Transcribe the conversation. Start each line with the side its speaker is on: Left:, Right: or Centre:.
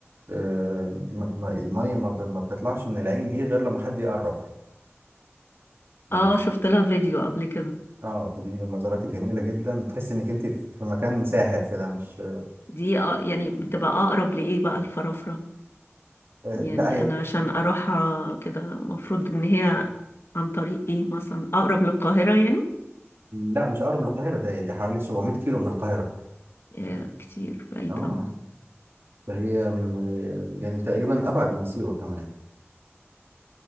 Right: آه، م- م- المية ما ب- ما بتطلعش من العين دي غير لما حد يقرب لما
Left: اه
Right: ح-
Left: شفت لها فيديو قبل كده
Right: اه فدي من المزارات الجميلة جدا تحس انك انت في مكان ساحر كده مش
Left: دي آه يعني بتبقى أقرب لإيه بقى الفرافرة
Right: آه،
Left: يعني
Right: لا هي
Left: انا عشان اروحها كده مفروض ان هي عن طريق ايه مثلا اقرب للقاهرة يعني
Right: لا مش اقرب للقاهرة ده دي حوالي 700 كيلو من القاهرة
Left: آه، كتير بعيد
Right: اه
Left: اوي
Right: ده هي من- يعني تقريبا ابعد من سيوه كمان